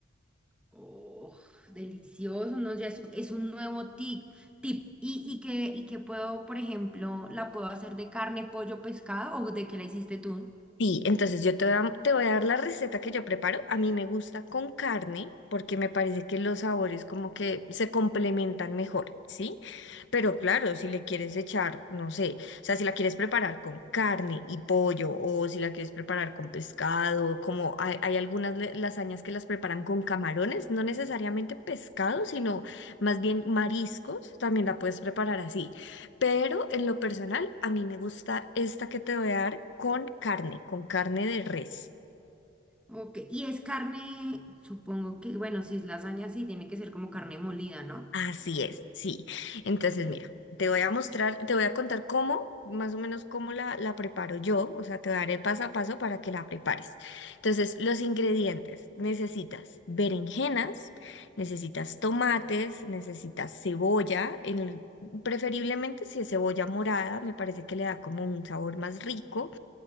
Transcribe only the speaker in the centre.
Oh, delicioso, ¿no? Ya es, es un nuevo tip, tip. ¿Y, y que, y que puedo, por ejemplo, la puedo hacer de carne, pollo, pescado o de qué la hiciste tú?
Ok, y es carne, supongo que, bueno, si es lasaña, sí, tiene que ser como carne molida, ¿no?
Ok.